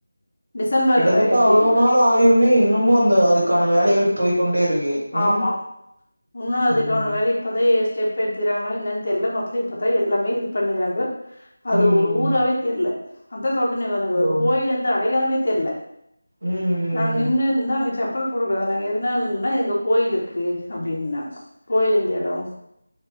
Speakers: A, on the left; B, on the right.
A: டிசம்பர்
B: கிட்டத்தட்ட
A: ஆயிரத்தி
B: அவ்வளவு நாள் ஆயுமே இன்னுமும் அந்த அதுக்கான வேலைகள் போய்கொண்டே இருக்கு ம்
A: ஆமா இன்னும் அதுக்கான
B: ம்
A: வேலை இப்பதா ஸ்டெப் எடுத்துக்கிறாங்களா என்னன்னு தெரியல மொத்ததில் இப்போ தான் எல்லாம இது பண்ணுறாங்க அது
B: ம்
A: ஒரு ஊராவே
B: ம்
A: தெரில அதான் சொல் ஒரு
B: ஓ
A: கோயில இருந்து அடையாளமே தெரில
B: ம்
A: நாங்க நின்னுருந்தா அங்க ச செப்பல் போட கூடாது நாங்க எதுனாலநா இங்க கோயில் இருக்கு அப்படின்னாங்க கோயில் இருந்த எடம்